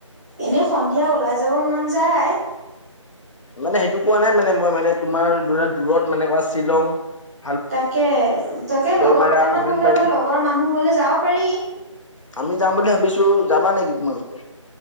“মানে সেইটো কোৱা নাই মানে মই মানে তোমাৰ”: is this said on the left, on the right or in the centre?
Left